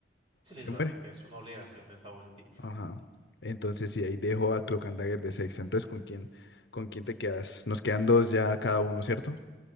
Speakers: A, on the right (about 30°); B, on the left (about 65°).
A: Sí, literalmente
B: se muere.
A: es una obligación esa ulti.
B: Ajá. Entonces, sí, ahí dejo a Cloak and Dagger de sexta. Entonces, ¿con quién, con quién te quedas? Nos quedan dos ya cada uno, ¿cierto?